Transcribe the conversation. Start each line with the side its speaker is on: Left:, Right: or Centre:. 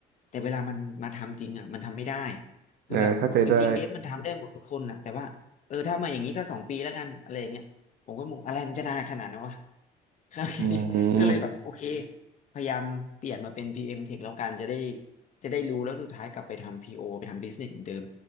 Left: แต่เวลามันมาทำจริงอะมันทำไม่ได้คือแบบจริงๆเดฟมันทำได้หมดทุกคนนะแต่ว่าเออถ้ามาอย่างนี้ก็สองปีแล้วกันอะไรอย่างเงี้ย
Right: อ่าเข้าใจได้
Left: ผมก็มองอะไรมันจะนานขนาดนั้นวะครับทีนี้
Right: อืม
Left: <laughs> ก็เลยแบบโอเคพยายามเปลี่ยนมาเป็น PM Tech แล้วกันจะได้จะได้รู้แล้วสุดท้ายกลับไปทำ PO ไปทำ Business เหมือนเดิม